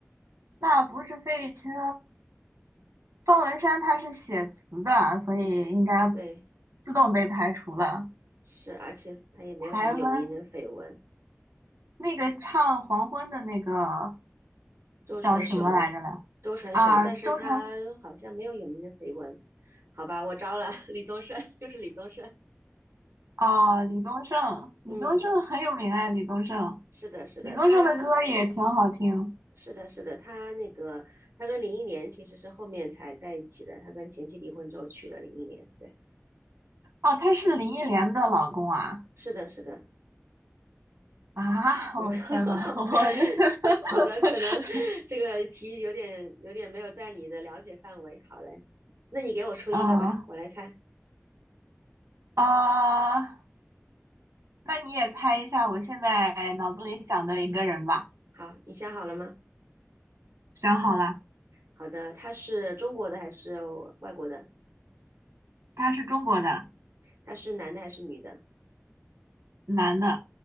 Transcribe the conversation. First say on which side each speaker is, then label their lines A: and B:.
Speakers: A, on the right (about 75°); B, on the right (about 55°).
A: 那不是费玉清，方文山他是写词的，所以应该
B: 对，
A: 自动被排除了。
B: 嗯，是，而且他也没有什么有名的绯闻。
A: 台湾那个唱《黄昏》的那个
B: 周传雄，
A: 叫什么来着来？
B: 周传雄，
A: 啊，
B: 但是他好像没有有名的绯闻，
A: 周传
B: 好吧，我招了 <laughs> 李宗盛，就是李宗盛，
A: 啊，李宗盛，李宗盛很有名啊，
B: 嗯，
A: 李宗盛，
B: 是的，是的，
A: 李宗盛的歌也挺好听。
B: 他是的，是的，他那个他跟林忆莲其实是后面才在一起的，他跟前妻离婚之后娶了林忆莲，对，
A: 哦，他是林忆莲的老公啊！
B: 是的，是的，
A: 啊，<laughs>
B: 嗯，
A: 我天呐，
B: <laughs>
A: <laughs> 我这，<laughs>
B: 好的，可能这个题有点有点没有在你的了解范围，好嘞，那你给我出一个吧，
A: 嗯
B: 我来猜，
A: 啊，那你也猜一下，我现在脑子里想的一个人吧，
B: 好，你想好了吗？
A: 想好了，
B: 好的，他是中国的还是外国的？
A: 他是中国的，
B: 他是男的还是女的？
A: 男的，